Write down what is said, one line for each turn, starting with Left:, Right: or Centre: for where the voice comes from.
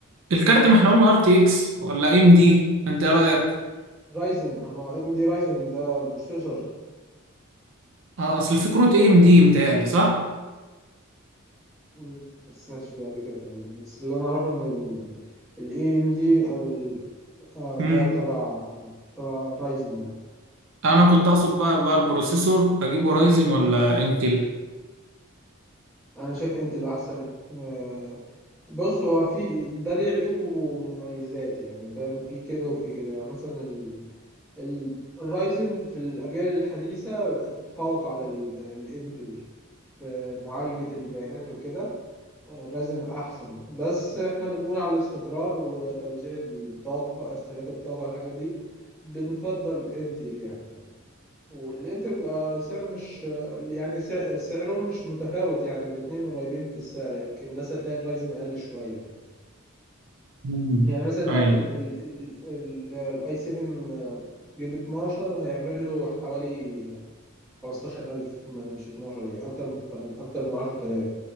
Right: الكارت ما احنا قلنا ار تي اكس ولا ام دي انت ايه رايك
Centre: رايزن ما اي ام دي رايزن ده البروسيسور
Right: اه اصل في كروت اي ام دي متهيألي صح
Centre: مم، ما سمعتش بيه قبل كده تقريبا بس اللي انا اعرفه ان ال ال AMD او ال آه
Right: في
Centre: ده تبع تبع رايزن يعني
Right: انا كنت اقصد بقى بقى البروسيسور اجيبه رايزن ولا انتل
Centre: انا شايف انت الاحسن آه، بص هو في ده ليه عيوب ومميزات يعني فاهم في كده وفي كده يعني مثلا ال... ال- الرايزن في الاجيال الحديثه تفوق على ال- الانتل في معالجه البيانات وكده آه، رايزن احسن بس احنا بنقول على الاستقرار وتوزيع الطاقه استهلاك الطاقه والحاجات دي بنفضل انتل يعني والانتر آه، سعر مش آه، يعني سع- سعرهم مش متفاوت يعني الاتنين قريبين في السعر يعني يمكن بس هتلاقي الرايزن اقل شويه يعني
Right: مم.
Centre: يعني مثلا انت
Right: ايوه
Centre: عارف الاي 7 جيل 12 هيعمل له حوالي 15000 م- مش 12 يعني اكتر من اكتر من 10000